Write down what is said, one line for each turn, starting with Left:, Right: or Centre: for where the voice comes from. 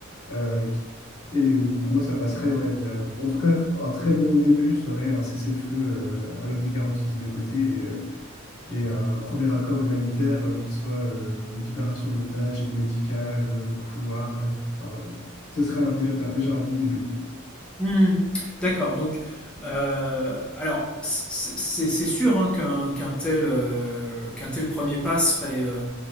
Left: Euh, qui- et euh, pour moi, ça passerait ouais, via. pour- en tout cas, un très bon début serait un cessez-le-feu euh, avec des garanties des deux côtés et, euh, et un premier accord humanitaire euh, qui soit euh, libération d'otages, aide médicale, euh, couloir. euh, enfin, ce serait un- déjà, déjà un bon début.
Centre: Hmm, d'accord. Donc, euh, alors, c- c'est c'est sûr hein, qu'un qu'un tel, euh, qu'un tel premier pas serait, euh,